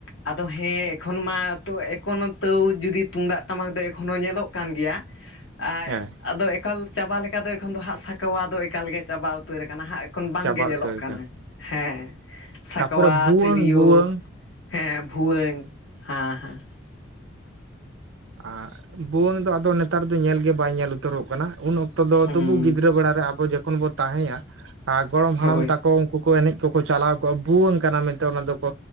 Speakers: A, on the left; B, on the right.
A: ᱟᱫᱚ ᱦᱮᱸ ᱮᱠᱷᱚᱱ ᱢᱟ ᱛᱚ ᱮᱠᱚᱱᱳ ᱛᱟᱹᱣ ᱡᱩᱫᱤ ᱛᱩᱢᱫᱟᱜ ᱛᱟᱢᱟᱠ ᱫᱚ ᱮᱠᱷᱚᱱᱳ ᱧᱮᱞᱚᱜ ᱠᱟᱱ ᱜᱮᱭᱟ, ᱟᱭ
B: ᱦᱮᱸ
A: ᱟᱫᱚ ᱮ ᱠᱟᱞ ᱪᱟᱵᱟ ᱞᱮᱠᱟ ᱫᱚ ᱮᱠᱷᱚᱱ ᱫᱚ ᱦᱟᱸᱜ ᱥᱟᱠᱚᱣᱟ ᱫᱚ ᱮᱠᱟᱞ ᱜᱮ ᱪᱟᱵᱟ ᱩᱛᱟᱹᱨ ᱟᱠᱟᱱᱟ ᱦᱟᱸᱜ᱾ ᱠᱷᱚᱱ ᱵᱟᱝ
B: ᱪᱟᱵᱟ
A: ᱜᱮ ᱧᱮᱞᱚᱜ
B: ᱩᱛᱟᱹᱨ
A: ᱠᱟᱱᱟ, ᱦᱮᱸ ᱥᱟᱠᱣᱟ
B: ᱛᱟᱯᱚᱨᱮ ᱵᱷᱩᱣᱟᱹᱝ
A: ᱛᱤᱨᱭᱳ,
B: ᱵᱷᱩᱣᱟᱹᱝ
A: ᱦᱮᱸ ᱵᱷᱩᱣᱟᱹᱝ, ᱦᱟᱸ ᱦᱟᱸ᱾
B: ᱟᱨ ᱵᱷᱩᱣᱟᱹᱝ ᱫᱚ ᱟᱫᱚ ᱱᱮᱛᱟᱨ ᱫᱚ ᱧᱮᱞ ᱜᱮ ᱵᱟᱭ ᱧᱮᱞ ᱩᱛᱟᱹᱨᱚᱜ ᱠᱟᱱᱟ ᱩᱱ ᱚᱠ ᱛᱚ ᱫᱚ
A: ᱦᱩᱸ
B: ᱛᱚᱵᱩ ᱜᱤᱫᱽᱨᱟᱹ ᱵᱮᱲᱟ ᱨᱮ ᱟᱵᱚ ᱡᱚᱠᱷᱚᱱ ᱵᱚᱱ ᱛᱟᱦᱮᱸᱭᱟ ᱟᱨ ᱜᱚᱲᱚᱢ
A: ᱦᱳᱭ
B: ᱦᱟᱲᱟᱢ ᱛᱟᱠᱚ ᱩᱝᱠᱩ ᱠᱚ ᱮᱱᱮᱡ ᱠᱚᱠᱚ ᱪᱟᱞᱟᱣ ᱠᱚᱜᱼᱟ, ᱵᱷᱩᱣᱟᱹᱝ ᱠᱟᱱᱟ ᱢᱮᱱᱛᱮ ᱚᱱᱟ ᱫᱚᱠᱚ